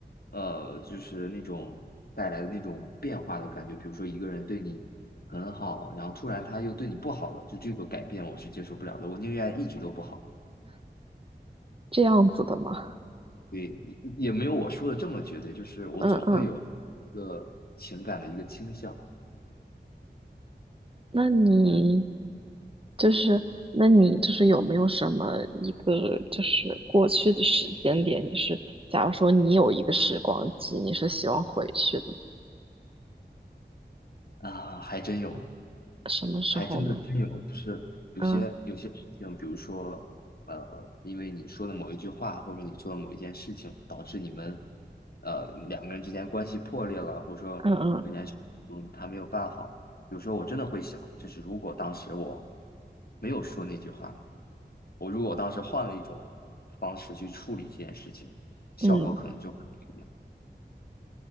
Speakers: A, on the left; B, on the right.
A: 呃，就是那种带来的那种变化的感觉，比如说一个人对你很好，然后突然他又对你不好了，就这个改变我是接受不了的，我宁愿一直都不好。
B: 这样子的吗？
A: 对，也没有我说的这么绝对，就是我总会有一个情感的一个倾向，
B: 嗯嗯那你
A: 嗯
B: 就是，那你就是有没有什么一个就是过去的时间点？你是，假如说你有一个时光机，你是希望回去的，
A: 啊，还真有。
B: 什么时候呢？
A: 还真的真有，就是有些有些事情，
B: 嗯
A: 比如说，呃，因为你说的某一句话，或者你做的某一件事情，导致你们，呃，两个人之间关系破裂了，或者说有件事，
B: 嗯嗯
A: 嗯，他没有办好。有时候我真的会想，就是如果当时我没有说那句话，我如果当时换了一种方式去处理这件事情，效果可能就会不一样。
B: 嗯，